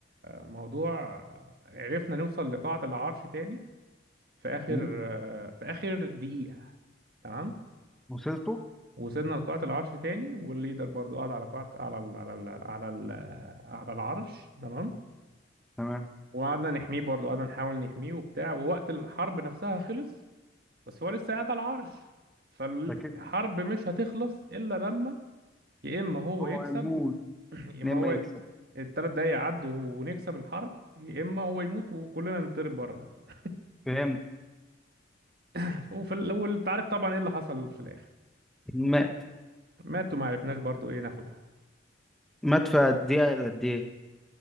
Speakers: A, on the right; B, in the centre.
A: الموضوع عرفنا نوصل لقاعة العرش تاني في اخر
B: مم.
A: في اخر دقيقة تمام
B: وصلتوا
A: وصلنا لقاعة العرش تاني والليدر برضو قعد على قاعة على ال... على ال... على ال... على العرش تمام
B: تمام
A: وقعدنا نحميه برضو قعدنا نحاول نحميه وبتاع ووقت الحرب نفسها خلص بس هو لسه قاعد على العرش فالحرب
B: فكده
A: مش هتخلص إلا لما يا إما هو
B: هو
A: يكسب
B: هيموت
A: <clears throat> يا إما
B: لما
A: هو
B: يكسب
A: التلات دقايق يعدوا ونكسب الحرب يا إما هو يموت وكلنا نضرب بره بقى
B: فهمت
A: <clears throat> وفي الأول أنت عارف طبعا إيه اللي حصل في الآخر
B: مات
A: ماتوا ما عرفناش برضو إيه ناخدها
B: مات في قد ايه إلى قد ايه